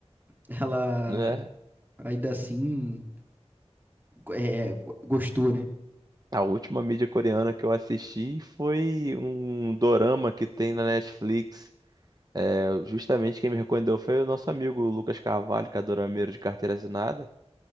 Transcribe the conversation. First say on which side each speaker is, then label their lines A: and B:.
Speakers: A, on the right; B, on the right.
A: ela
B: né?
A: ainda assim é, gostou, né?
B: A última mídia coreana que eu assisti foi um dorama que tem na Netflix. É, justamente quem me recomendou foi o nosso amigo Lucas Carvalho, que é dorameiro de carteira assinada.